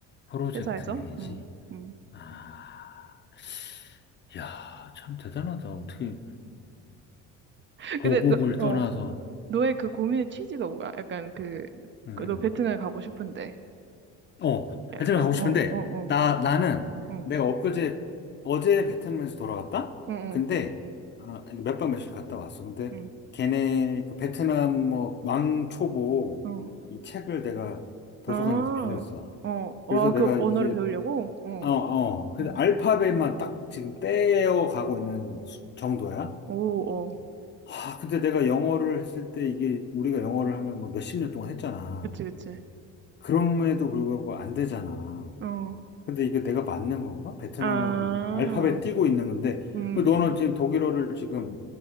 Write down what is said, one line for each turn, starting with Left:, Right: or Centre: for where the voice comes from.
Left: 프로젝트
Right: 회사에서.
Left: 매니지.
Right: 음, 음.
Left: 아, 야, 참 대단하다. 어떻게
Right: <laughs>
Left: 고국을
Right: 근데 너,
Left: 떠나서.
Right: 너의 그 고민의 취지가 뭐야? 약간 그,
Left: 음,
Right: 그 너 베트남에 가고 싶은데.
Left: 음. 어,
Right: 약간,
Left: 베트남 가고 싶은데
Right: 어, 어, 어,
Left: 나 나는
Right: 응,
Left: 내가 엊그제 어제 베트남에서 돌아갔다.
Right: 응,
Left: 근데
Right: 응,
Left: 아, 몇 박 며칠 갔다 왔어. 근데
Right: 응,
Left: 걔네 그 베트남 뭐 왕초보
Right: 응.
Left: 이 책을 내가 도서관에서
Right: 아,
Left: 빌렸어.
Right: 어, 어,
Left: 그래서
Right: 그
Left: 내가
Right: 언어를
Left: 이제
Right: 배우려고? 어,
Left: 어, 어. 근데
Right: 응.
Left: 알파벳만 딱 지금 떼어 가고 있는 수- 정도야.
Right: 오, 어.
Left: 아, 근데 내가 영어를 했을 때 이게 우리가 영어를 하면 뭐 몇십 년 동안 했잖아.
Right: 그치, 그치.
Left: 그럼에도 불구하고 안 되잖아.
Right: 어,
Left: 근데 이게 내가 맞는 건가? 베트남어를
Right: 아,
Left: 알파벳 띄고 있는 건데,
Right: 음.
Left: 그 너는 지금 독일어를 지금